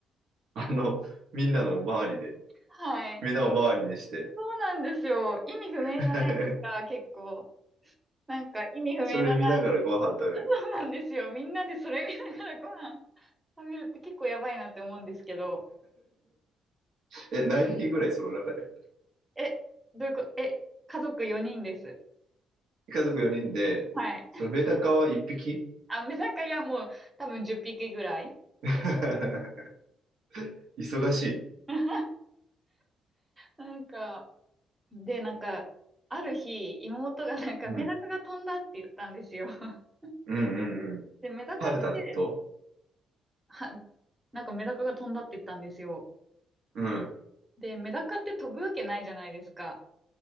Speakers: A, on the right; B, on the right.
A: あの、みんなの周りで。
B: はい。
A: みんなを周りにして。
B: そうなんですよ。意味不明じゃないですか、
A: <laughs>
B: 結構。なんか意味不明だな。
A: それ見ながらご飯食べるんだ。
B: <laughs> そうなんですよ。みんなでそれ見ながらご飯食べるって結構やばいなって思うんですけど。
A: <laughs> え、何匹ぐらいその中で
B: え、どういうこと、え、家族4人です。
A: 家族4人で、
B: はい。
A: そのメダカは1匹
B: あ、メダカやもう多分10匹ぐらい。
A: <laughs> 忙しい。
B: <laughs> なんか、で、なんか、ある日、妹がなんかメダカが飛んだって言ったんですよ。
A: うん。
B: <laughs>
A: うんうんうん。
B: で、メダカって、
A: 晴れたってこと
B: は、なんかメダカが飛んだって言ったんですよ。
A: うん。
B: で、メダカって飛ぶわけないじゃないですか。